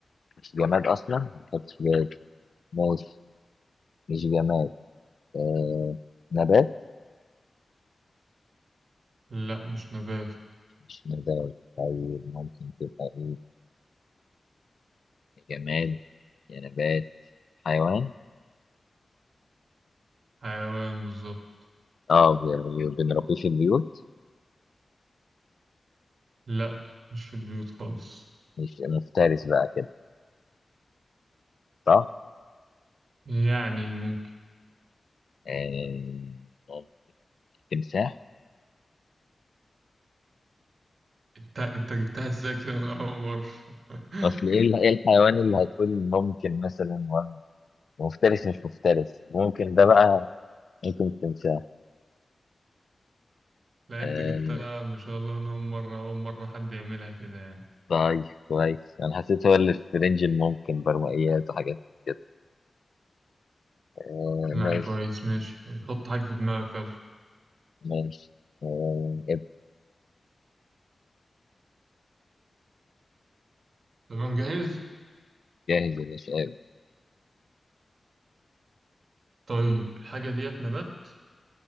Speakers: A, on the left (about 70°); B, on the right (about 70°).
A: مش جماد أصلا ما كانتش في بالي ماشي مش جماد آه نبات
B: لا مش نبات
A: مش نبات طيب ممكن تبقى إيه جماد يا نبات حيوان
B: حيوان بالظبط
A: اه بي- بنربيه في البيوت
B: لا مش في البيوت خالص
A: مش مفترس بقى كده صح؟
B: يعني ممكن
A: آه ممكن تمساح
B: انت انت جبتها ازاي كده من أول مرة <laughs>
A: أصل إيه ال- إيه الحيوان اللي هتقول ممكن مثلا وهم- مفترس مش مفترس ممكن ده بقى ممكن التمساح
B: لا
A: آه
B: انت جبتها ما شاء الله من أول مرة أول مرة حد يعملها كده يعني
A: طيب كويس انا حسيت هو اللي في رينج الممكن برمائيات وحاجات من كده آه
B: لا
A: ماشي
B: كويس ماشي حط حاجة في دماغك يلا
A: ماشي آه اب-
B: تمام جاهز
A: جاهز يا باشا اب.
B: طيب الحاجة ديت نبات